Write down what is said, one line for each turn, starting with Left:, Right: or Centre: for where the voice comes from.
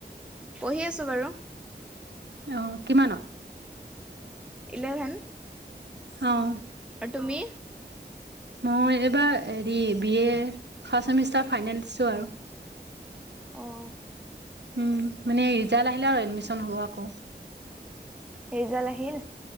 Centre: পঢ়ি আছো বাৰু
Right: অ' কিমানত
Centre: ইলেভেন
Right: অ'
Centre: আৰু তুমি?
Right: মই এইবাৰ হেৰি B A first semester final দিছোঁ আৰু
Centre: অ'--!
Right: উম মানে ৰিজাল্ট আহিলে আৰু এডমিচন হ'ব আকৌ
Centre: সেই জাল আহিল।